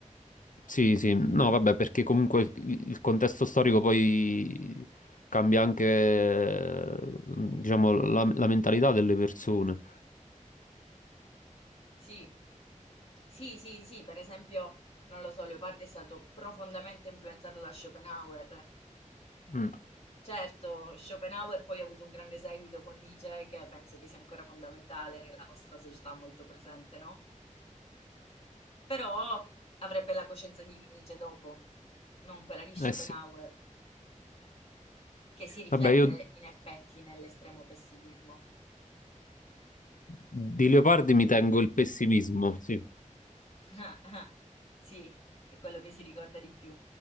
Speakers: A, on the left; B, on the left.
A: Sì, sì, no, vabbè, perché comunque il il contesto storico poi cambia anche, eh, diciamo, la, la mentalità delle persone.
B: Sì. Sì, sì, sì, per esempio, non lo so, Leopardi è stato profondamente influenzato da Schopenhauer,
A: Mm,
B: Certo, Schopenhauer poi ha avuto un grande seguito con Nietzsche, che penso che sia ancora fondamentale nella nostra società molto presente, no? Però avrebbe la coscienza di Nietzsche dopo, non quella di Schopenhauer,
A: eh sì.
B: che si riflette
A: Vabbè, io
B: in effetti nell'estremo pessimismo.
A: di Leopardi mi tengo il pessimismo, sì.
B: <laughs> Sì, è quello che si ricorda di più.